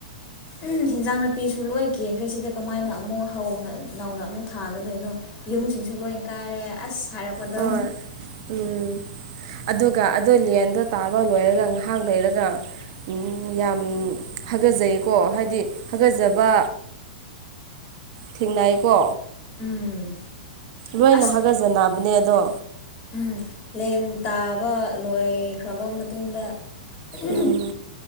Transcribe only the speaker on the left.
ꯎꯝ ꯍꯤꯟꯖꯥꯡ ꯅꯥꯄꯤꯁꯨ ꯂꯣꯏ ꯀꯦꯟꯈ꯭ꯔꯦ ꯁꯤꯗ ꯀꯃꯥꯏꯅ ꯑꯃꯨꯛ ꯍꯧꯅ ꯅꯧꯅ ꯑꯃꯨꯛ ꯊꯥꯒꯗꯣꯏꯅꯣ ꯌꯨꯝꯁꯤꯡꯁꯨ ꯂꯣꯏ ꯀꯥꯏꯔꯦ ꯑꯁ ꯍꯥꯏꯔꯛꯄꯗꯣ
ꯎꯝ꯫
ꯑꯁ
ꯎꯝ ꯂꯦꯟ ꯇꯥꯕ ꯂꯣꯏꯈ꯭ꯔꯕ ꯃꯇꯨꯡꯗ ꯎ